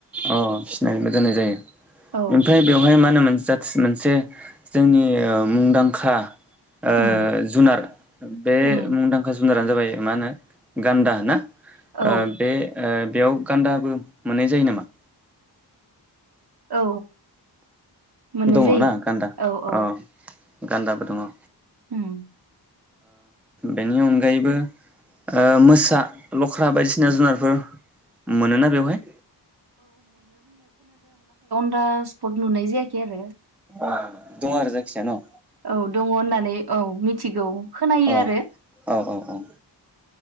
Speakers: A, in the centre; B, on the right.
A: अ फिसिनानैबो दोननाय जायो
B: औ
A: ओमफ्राय बेवहाय मा मोनसे जाथ मोनसे जोंनि ओ मुंदांखा ओ
B: उम
A: जुनार बे
B: उम
A: मुंदांखा जु जुनारानो जाबाय मा होनो गान्दा ना
B: औ
A: ओ बे ओ बेयाव गान्दाबो मोननाय जायो नामा
B: औ मोननाय
A: दङ
B: जायो
A: ना गान्दा
B: औ
A: अ
B: औ
A: गान्दाबो दङ ओ
B: उम
A: बेनि अनगायैबो ओ मोसा लख्रा बायदिसिना जुनारफोर मोनोना बेवहाय
B: फास पट नुनाय जायाखै आरो
A: आ दङ आरो जायखिया न'
B: औ दङ होननानै औ मिथिगौ खोनायो
A: अ
B: आरो
A: औ औ औ